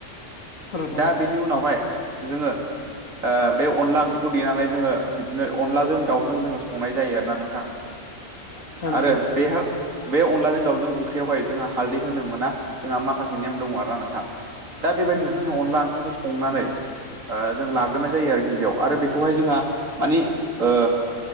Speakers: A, on the left; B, on the right.
A: नोंथां
B: दा
A: औ नोंथां औ नोंथां औ नोंथां औ नोंथां
B: बेनि उनावहाय जोङो बे अनला ओं बेखौ देनानै जोङो बिदिनो अनलाजों दाउजों जोङो संनाय जायो आरोना नोंथां
A: नोंथां औ औ नोंथां
B: आरो बेहा बे अनलाजों दाउजों ओंख्रियावहाय जोंहा हालदै होनो मोना जोंहा माखासे नेम दङ आरो ना नोंथां दा बेबायदिनो
A: औ
B: जोङो अनला ओंख्रिखौ संनानै ओ जों लाग्रोनाय जायो आरो गिबियाव आरो बे बेखौहाय जोंहा मानि ओ